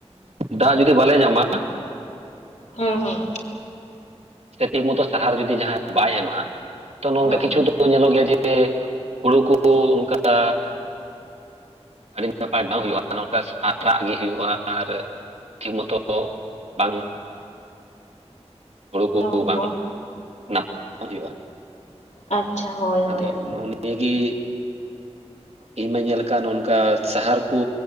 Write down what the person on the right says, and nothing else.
ᱫᱟᱜ ᱡᱩᱫᱤ ᱵᱟᱞᱮ ᱧᱟᱢᱟ
ᱥᱮ ᱴᱷᱤᱠ ᱢᱚᱛᱚ ᱥᱟᱦᱟᱨ ᱡᱩᱫᱤ ᱡᱟᱦᱟᱸᱭ ᱵᱟᱭ ᱮᱢᱟ ᱛᱚ ᱱᱚᱝᱠᱟ
ᱠᱤᱪᱷᱩ ᱫᱚ ᱧᱮᱞᱚᱜ ᱜᱮᱭᱟ ᱡᱮ ᱦᱩᱲᱩ ᱠᱚ ᱚᱱᱠᱟ ᱟᱹᱰᱤ ᱱᱟᱯᱟᱭ ᱵᱟᱝ ᱦᱩᱭᱩᱜᱼᱟ, ᱱᱚᱝᱠᱟ ᱟᱨᱟᱜ ᱜᱮ ᱦᱩᱭᱩᱜᱼᱟ ᱟᱨ ᱴᱷᱤᱠ ᱢᱚᱛᱚ ᱫᱚ ᱵᱟᱝ ᱦᱩᱲᱩ ᱠᱚ
ᱵᱟᱝ
ᱱᱟᱯ <inaudible> ᱦᱩᱭᱩᱜᱼᱟ᱾
ᱟᱫᱚ
ᱱᱚᱜᱼᱚ ᱱᱤᱭᱟᱹᱜᱤ ᱤᱧ ᱢᱟᱧ ᱧᱮᱞ ᱠᱟᱜᱼᱟ ᱱᱚᱝᱠᱟ ᱥᱟᱦᱟᱨ ᱠᱩ